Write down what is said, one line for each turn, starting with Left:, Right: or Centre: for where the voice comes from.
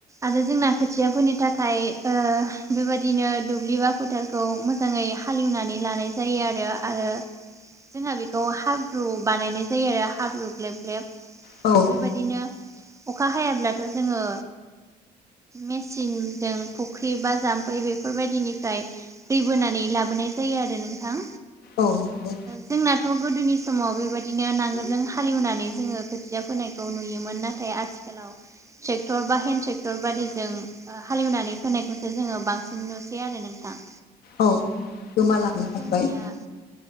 Right: आरो जोंना खोथियाफोरनि थाखाय ओ बेबाददिनो दुब्लि बा फोथार खौ मोजाङै हाल एवनानै लानाय जायो आरो आरो जोंहा बेखौ हाब्रु बानायनाय जायो आरो हाब्रु ग्लेब ग्लेब।
Left: औ
Right: बेबायाददिनो अखा हायाब्लाथ' जोङो मेसिनजों फुख्रि बा जामफै बेफोरबायदिनिफ्राय दै बोनानै लाबोनाय जायो आरो नोंथां।
Left: औ दे
Right: जोंनाथ' गोदोनि समाव बेबायदिनो नांगोलजों हाल एवनानै जोङो खोथिया फैनायखौ नुयोमोन नाथाय आथिखालाव ट्रेक्टर बा हेन्द ट्रेक्टर बादिजों हाल एवनानै फोनायखौसो जोङो बांसिन नुसै आरो नोंथां।
Left: औ गोमालांनो
Right: औ जोंनिया
Left: हमबाय।